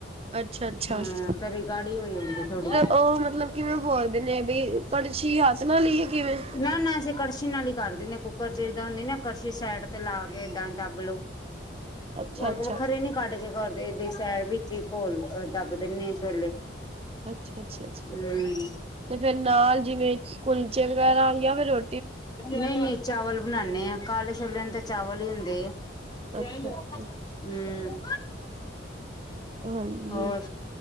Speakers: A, on the right; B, on the left.
A: ਅੱਛਾ ਅੱਛਾ।
B: ਹੂੰ,
A: ਫੇਰ
B: ਤਰੀ ਗਾੜੀ ਹੋਂ ਜਾਂਦੀ ਐ ਥੋੜੀ <inaudible>
A: ਉਹ ਮਤਲਬ ਕਿਵੇਂ ਭੋਰਦੇ ਨੇ ਬਈ ਕੜਛੀ ਹੱਥ ਨਾਲ ਹੀ ਆ ਕਿਵੇਂ
B: ਨਾ ਨਾ ਕੜਛੀ ਨਾਲ ਈ ਕਰ ਦਿਨੇ ਆ ਕੁੱਕਰ ਚ ਜਿਦਾਂ ਹੁੰਦੀ, ਨਾ ਕੜਛੀ ਸੈਡ ਤੇ ਲਾ ਕੇ ਏਦਾਂ ਦੱਬ ਲੋ
A: ਅੱਛਾ
B: <unintelligible>
A: ਅੱਛਾ।
B: ਵਖਰੇ ਨੀ ਕੱਢ ਕੇ ਕਰਦੇ ਏਦਾਂ ਹੀ ਸੈਡ ਵਿੱਚੇ ਹੀ ਘੋਲ ਦੱਬ ਦਿੰਨੀ ਆ ਛੋਲੇ
A: ਅੱਛਾ, ਅੱਛਾ, ਅੱਛਾ
B: ਹਮ
A: ਤੇ ਫੇਰ ਨਾਲ ਜਿਵੇਂ ਕੁਲਚੇ ਵਗੈਰਾ ਜਾਂ ਫੇਰ ਰੋ
B: ਨਈ-ਨਈ ਚਾਵਲ ਬਨਾਨੇ ਆ, ਕਾਲੇ ਛੋਲਿਆ ਨਾ ਤੇ ਚਾਵਲ ਈ ਹੁੰਦੇ ਆ
A: ਅੱਛਾ
B: ਹੂ
A: ਅੱਛਾ ਹਾਂਜੀ
B: ਹੋਰ